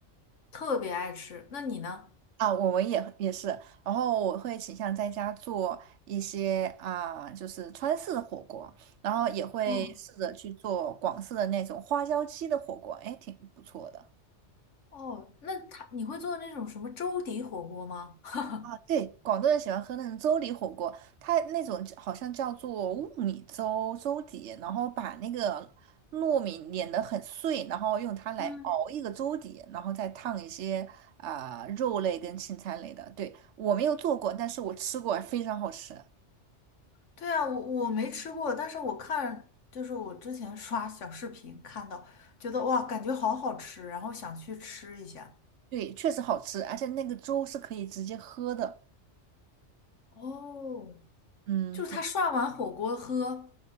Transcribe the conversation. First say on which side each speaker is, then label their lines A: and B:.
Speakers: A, on the left; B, on the right.
A: 特别爱吃。那你呢？
B: 啊，我们也也是，然后我会倾向在家做一些啊、就是川式的火锅，然后也会试着去做广式的那种花椒鸡的火锅，
A: 嗯。
B: 哎，挺不错的。
A: 哦，那他你会做那种什么粥底火锅吗？<laughs>
B: 对，广东人喜欢喝那种粥底火锅，它那种叫好像叫做雾米粥粥底，然后把那个糯米碾得很碎，然后用它来熬一个粥底，
A: 嗯，
B: 然后再烫一些啊、肉类跟青菜类的。对，我没有做过，但是我吃过，非常好吃。
A: 对啊，我我没吃过，但是我看就是我之前刷小视频看到，觉得哇，感觉好好吃，然后想去吃一下。
B: 对，确实好吃，而且那个粥是可以直接喝的。
A: 哦，
B: 嗯，
A: 就是他涮完火锅喝，